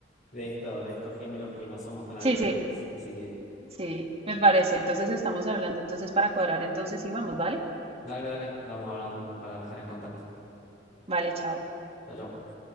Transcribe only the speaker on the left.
de esto, de estos géneros que no somos tan habituales.
Así que,
dale, dale, vamos hablando para estar en contacto.
Chao, chao.